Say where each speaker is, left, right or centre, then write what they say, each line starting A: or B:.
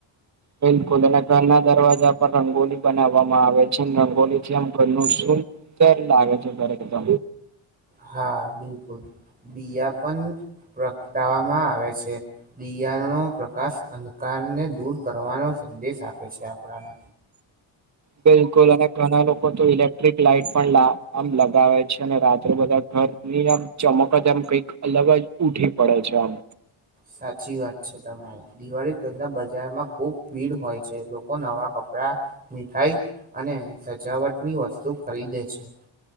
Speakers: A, on the right; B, on the right.
A: બિલકુલ, અને ઘરના દરવાજા પર રંગોલી બનાવવામાં આવે છે, રંગોલી થી આમ ઘરનું શું ક્યારે લાગે છે ઘરે બધો
B: હા બિલકુલ બીયા પણ પ્રગટાવવામાં આવે છે. બિયારણો પ્રકાશ અંધકારને દૂર કરવાનો સંદેશ આપે છે આપણાને
A: બિલકુલ અને ઘણા લોકો તો ઇલેક્ટ્રિક લાઈટ પણ આમ લગાવે છે અને રાત્રે બધા ઘર એની આમ ચમક જ આમ કઈક અલગ જ ઊઠી પડે છે આમ
B: સાચી વાત છે તમારી. દિવાળી પહેલા બજારમાં ખુબ ભીડ હોય છે લોકો નવા કપડા મીઠાઈ અને સજાવટની વસ્તુ ખરીદે છે.